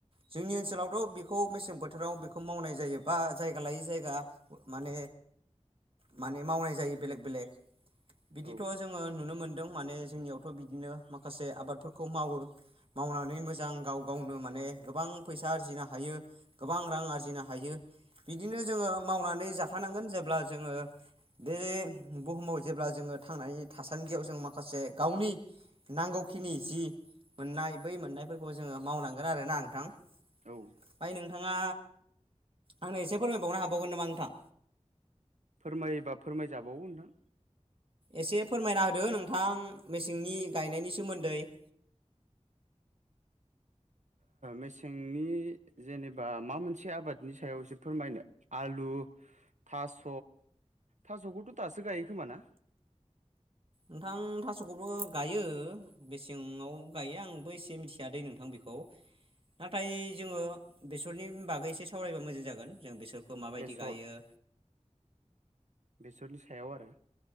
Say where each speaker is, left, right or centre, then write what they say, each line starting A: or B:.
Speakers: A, on the right (about 50°); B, on the right (about 80°).
A: जोंनि ओनसोलावथ' बेखौ मेसें बोथोराव बेखौ मावनाय जायोबा जायगा लायोै जायगा माने माने मावनाय जायो। बेलेग बेलेक बिदिथ'
B: औ
A: जोङो नुनो मोनद दों माने जोंनियावथ' बिदिनो माखासे आबादफोरखौ मावो मावनानै मोजां गाव गावनो माने गोबां फैसा आरजिनो हायो। गोबां रां आरजिनो हा बिदिनो जोङो मावनानै जाखानांगोन जेब्ला जोङो। बे बुहुमाव जेब्ला जोङो थांनानै थासान्दियाव जों माखासे गावनि नां जि मोननाय बै मोननायफोरखौ जोङो मावनांगोन आर ना नोंथां।
B: औ।
A: ओमफ्राय नोंथाङा आंनो एसे फोरमायबावनो हाबावगोन नामा नोंथां?
B: फोरमायोबा फोरमायजाबावो नोंथां।
A: एसे फोरमायना होदो नोंथां? मेसेंनि गायनायनि सोमोन्दै। <inaudible>
B: मेसेंनि जेनेबा माबा मोनसे आबादनि सायावसो फोरमायनो आलु उ थास' थास'खौथ' दासो गायो खोम ना?
A: नोंथां थास'खौल' गायो मेसेंव गायो आंबो एसे मिथिया दै नोंथां बेखौ। खौ नाथाय जोङो बेसरनि बागै एसे सावरायबा मोजां जागोन जों बेसर बेखौ माबायदि
B: बेसर
A: गायो।
B: बेसरनि सायाव आरो।